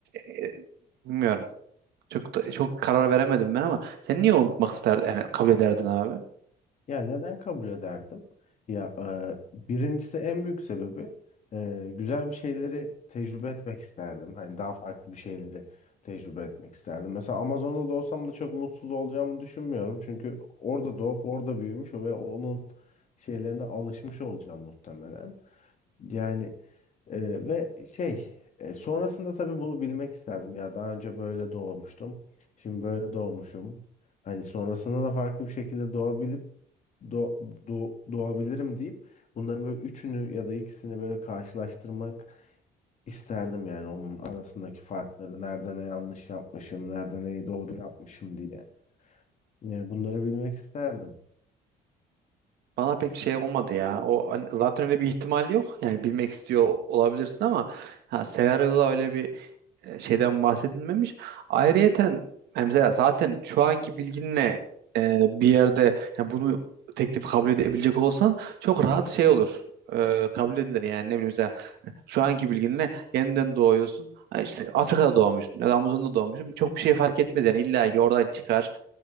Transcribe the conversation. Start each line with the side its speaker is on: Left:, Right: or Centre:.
Right: e, bilmiyorum. Çok da- çok karar veremedim ben ama sen niye unutmak isterdin yani kabul ederdin abi?
Left: Ya neden kabul ederdim? Ya e, birincisi en büyük sebebi e, güzel bir şeyleri tecrübe etmek isterdim. Hani daha farklı bir şeyleri tecrübe etmek isterdim. Mesela Amazon'da da olsam da çok mutsuz olacağımı düşünmüyorum. Çünkü orada doğup orada büyümüş ve onun şeylerine alışmış olacağım muhtemelen. Yani e, ve şey e, sonrasında tabii bunu bilmek isterdim ya daha önce böyle doğmuştum. Şimdi böyle doğmuşum. Hani sonrasında da farklı bir şekilde doğabilip do, do- doğabilirim deyip bunların böyle üçünü ya da ikisini böyle karşılaştırmak isterdim yani onun arasındaki farkları nerede ne yanlış yapmışım, nerede neyi doğru yapmışım diye. Yani bunları bilmek isterdim.
Right: Bana pek şey olmadı ya. O hani zaten öyle bir ihtimal yok. Yani bilmek istiyor olabilirsin ama ha, senaryoda öyle bir e, şeyden bahsedilmemiş. Ayrıyeten yani mesela zaten şu anki bilginle e, bir yerde yani bunu teklif kabul edebilecek olsan çok rahat şey olur. E, kabul edilir yani ne bileyim mesela şu anki bilginle yeniden doğuyorsun. Ha işte Afrika'da doğmuşsun ya da Amazon'da doğmuşsun. Çok bir şey fark etmez yani illa ki oradan çıkar.